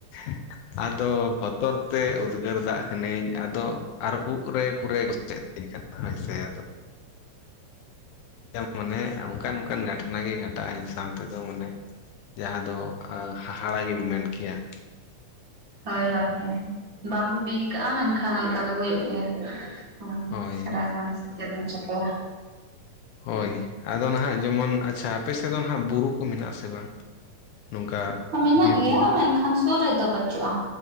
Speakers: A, on the left (about 75°); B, on the right (about 35°).
A: ᱾ ᱟᱫᱚ ᱵᱚᱛᱚᱨ ᱛᱮ ᱩᱫᱽᱜᱟᱹᱨ ᱫᱟᱜ ᱠᱟᱹᱱᱟᱹᱧ, ᱟᱫᱚ ᱟᱨ ᱩᱵ ᱨᱮ ᱯᱩᱨᱟᱹᱭ ᱜᱚᱪᱮ ᱛᱤᱧ ᱠᱟᱱᱟ ᱦᱳ ᱥᱮ ᱟᱫᱚ ᱚᱱᱮ ᱚᱱᱠᱟᱱ ᱚᱱᱠᱟᱱ ᱜᱷᱟᱴᱱᱟ ᱜᱮ ᱜᱷᱟᱴ ᱱᱟ ᱜᱷᱚᱴᱟᱜ ᱤᱧ ᱥᱟᱶ ᱛᱮᱫᱚ ᱢᱟᱱᱮ ᱡᱟᱦᱟᱸ ᱫᱚ ᱦᱟᱦᱟᱲᱟ ᱜᱮᱢ ᱢᱮᱱ ᱠᱮᱭᱟ ᱾
B: ᱦᱳᱭ, ᱦᱳᱭ, ᱦᱳᱭ ᱵᱟᱢ ᱵᱷᱟᱵᱤᱭ ᱠᱟᱜᱼᱟ, ᱢᱮᱱᱠᱷᱟᱱ ᱚᱱᱠᱟ ᱫᱚ ᱦᱩᱭᱩᱜ ᱜᱮᱭᱟ ᱾ ᱦᱩᱸ
A: ᱦᱳᱭ
B: ᱨᱟᱜᱟᱢ ᱥᱮ ᱪᱮᱫ ᱮᱢ ᱪᱮᱠᱟᱭᱟ ᱾
A: ᱦᱳᱭ ᱟᱫᱚ ᱱᱟᱦᱟᱜ ᱡᱮᱢᱚᱱ ᱟᱪᱪᱷᱟ ᱟᱯᱮ ᱥᱮᱫ ᱫᱚ ᱱᱟᱦᱟᱜ ᱵᱩᱨᱩ ᱠᱩ ᱢᱮᱱᱟᱜᱼᱟ ᱥᱮ ᱵᱟᱝ? ᱱᱚᱝᱠᱟ
B: ᱢᱮᱱᱟᱜ
A: ᱵᱤᱨ
B: ᱜᱮᱭᱟ
A: ᱵᱩᱨᱩ
B: ᱢᱮᱱᱠᱷᱟᱱ ᱥᱩᱨ ᱨᱮᱫᱚ ᱵᱟᱹᱪᱩᱜ-ᱟ᱾